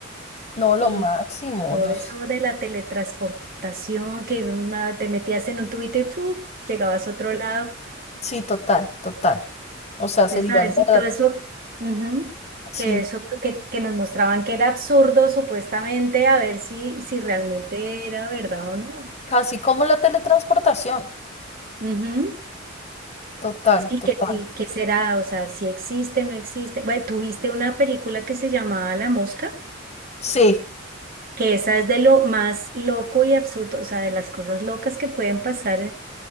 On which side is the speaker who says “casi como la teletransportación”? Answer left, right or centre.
Left